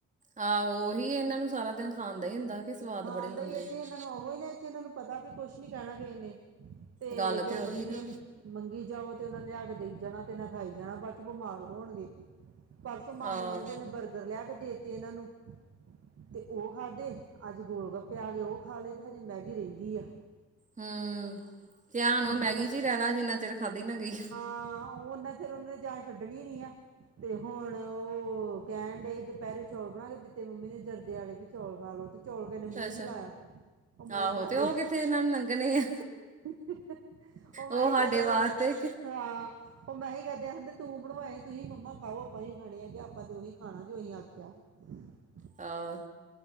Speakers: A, on the right (about 25°); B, on the right (about 50°).
A: ਆਹੋ ਉਹੀ ਇਹਨਾਂ ਨੂੰ ਸਾਰਾ ਦਿਨ ਖਾਣ ਦਾ ਹੀ ਹੁੰਦਾ। ਕਿ ਸਵਾਦ
B: ਹਾਂ
A: ਬੜੇ ਲੈਂਦੇ
B: ਬਈ ਇੱਥੇ
A: ਆ।
B: ਇਹਨਾਂ ਨੂੰ ਉਹੋ ਹੀ ਨਾ ਇੱਥੇ ਇਹਨਾਂ ਨੂੰ ਪਤਾ ਵੀ ਕੁਛ ਨੀ ਕਹਿਣਾ ਕਿਸੇ ਨੇ। ਤੇ
A: ਗੱਲ
B: ਜੋ
A: ਉਹੀ
B: ਮਰਜ਼ੀ
A: ਨਾ
B: ਅਸੀਂ ਮੰਗੀ ਜਾਓ ਤੇ ਉਹਨਾ ਲਿਆ ਕੇ ਦੇਈ ਜਾਣਾ, ਤੇ ਨਾ ਖਾਈ ਜਾਣਾ ਬਾ ਤੇ ਬਿਮਾਰ ਹੋਣਗੇ, ਪਰਸੋਂ ਮਾਮੇ
A: ਆਹ
B: ਇਹ ਦੇ ਨੇ ਬਰਗਰ ਲੇ। ਤੇ ਦੇਤੇ ਇਹਨਾਂ ਨੂੰ, ਤੇ ਉਹ ਖਾਧੇ ਅੱਜ ਗੋਲ ਗੱਪੇ ਆ ਗੇ ਉਹ ਖਾ ਲਏ ਤੇ ਹਜੇ ਮੈਗੀ ਰਹਿੰਦੀ ਆ।
A: ਹੂੰ ਧਿਆਨ ਉਹ ਮੈਗੀ
B: ਦੁਪਹਿ
A: ਚ ਹੀ ਰਹਿਣਾ ਜਿੰਨਾ ਚਿਰ ਖਾਧੀ ਨਾ ਗਈ।
B: ਹਾਂ ਓ ਦਕ। ਫੇਰ ਉਹਨਾ ਨੇ ਜਾਨ ਛੱਡਣੀ ਨੀ ਆ। ਤੇ ਹੁਣ ਉਹ ਕਹਿਣ ਡਏ ਦੁਪਹਿਰੇ ਚੌਲ ਬਣਾ ਕੇ ਦਿੱਤੇ ਮੰਮੀ ਨੇ ਜਰਦੇ ਆਲੇ ਵੀ ਚੌਲ ਖਾਲਓ ਤੇ। ਚੌਲ ਦੇ ਨੇ ਮੂੰਹ
A: ਅੱਛਾ
B: ਹੀ ਨਹੀਂ ਲਾਇਆ ਉਹ ਮੈਂ ਹੀ
A: ਆਹੋ
B: ਖਾਧੇ।
A: ਤੇ ਉਹ ਕਿੱਥੇ ਇਹਨਾਂ ਨੂੰ ਲੰਘਣੇ ਆ
B: ਉਹ ਮੈਂ
A: ਉਹ
B: ਹੀ
A: ਸਾਡੇ
B: ਕਾਦੇ ਕੋਲ
A: ਵਾਸਤੇ ਕਿ
B: ਹਾਂ। ਉਹ ਮੈਂ ਹੀ ਕਹਦੇ ਆ ਕਹਿੰਦੇ ਤੂੰ ਬਣਵਾਏ ਤੁਸੀਂ ਮੰਮਾ ਖਾਓ ਆਪਾਂ ਨੀ ਖਾਣੇ ਹੈਗੇ ਆਪਾਂ ਤੇ ਉਹੀ ਖਾਣਾ ਜੋ ਅਸੀਂ ਆਖਿਆ ਵਾ। ਹ।
A: ਹਾਂ।